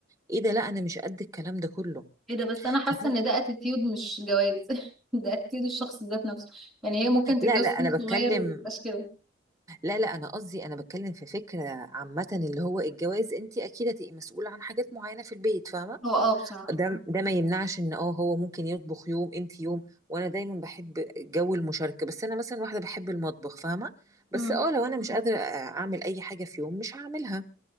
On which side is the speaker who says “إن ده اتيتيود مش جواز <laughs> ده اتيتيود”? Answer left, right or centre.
Centre